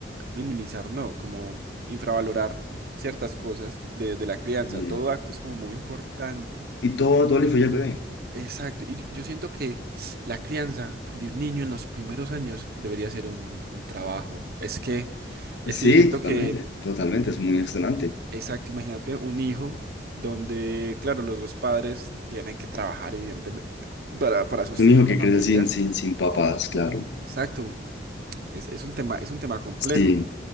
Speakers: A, on the right (about 55°); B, on the left (about 70°).
A: minimizar, no, como infravalorar ciertas cosas de, de la crianza,
B: sí.
A: todo acto es como muy importante.
B: Y todo, todo le influye al bebé.
A: Exacto, y yo yo siento que la crianza de un niño en los primeros años debería ser un, un trabajo. Es que, es
B: Sí,
A: que yo siento
B: totalmente,
A: que
B: totalmente, es muy excelente.
A: Exacto, imagínate un hijo donde, claro, los dos padres tienen que trabajar, evidentemente, para, para sostener
B: Es un hijo que
A: la familia.
B: crece sin, sin, sin papás, claro.
A: Exacto, es, es un tema, es un tema complejo.
B: Sí.